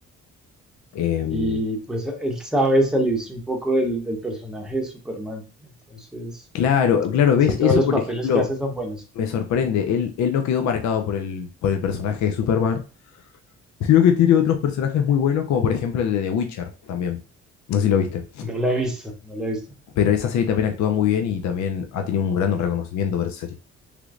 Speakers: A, on the left; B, in the centre.
A: Em,
B: Y pues él sabe salirse un poco del, del personaje de Superman. Entonces,
A: claro, claro,
B: casi
A: ¿ves?
B: todos
A: Eso,
B: los
A: por
B: papeles
A: ejemplo,
B: que hace son buenos.
A: me sorprende. Él, él no quedó marcado por el, por el personaje de Superman, sino que tiene otros personajes muy buenos, como por ejemplo el de The Witcher también. No sé si lo viste.
B: No la he visto, no la he visto.
A: Pero esa serie también actúa muy bien y también ha tenido un gran reconocimiento por esa serie.